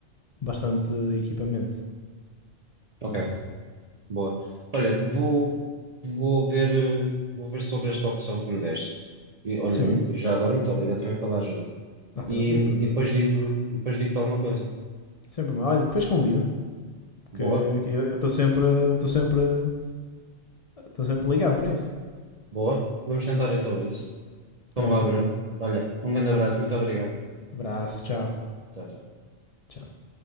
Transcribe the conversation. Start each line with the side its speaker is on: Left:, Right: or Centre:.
Left: bastante equipamento.
Right: Ok.
Left: Não sei.
Right: Boa. Olha, vou, vou ver, eh, vou ver sobre esta opção que me deste. E olha,
Left: Sim.
Right: já agora, muito obrigado também pela ajuda.
Left: Ah, tranquilo,
Right: E,
Left: pelo amor
Right: e depois
Left: de Deus.
Right: digo, e depois digo-te alguma coisa.
Left: Sempre. Olha, depois convido.
Right: Boa,
Left: Que, que eu estou sempre. Estou sempre. Estou sempre ligado para isso.
Right: boa. Vamos tentar então isso. Então
Left: Tranquilo.
Right: vá, Bruno. Olha, um grande abraço, muito obrigado.
Left: Abraço, tchau.
Right: Tchau, tchau.
Left: Tchau.